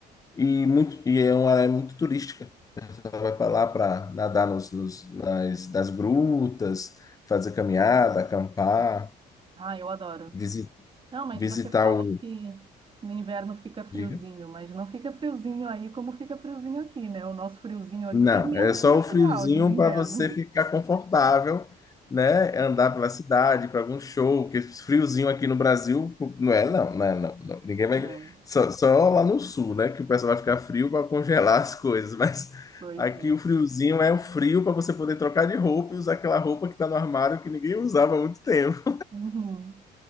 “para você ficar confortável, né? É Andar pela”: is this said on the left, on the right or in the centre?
Left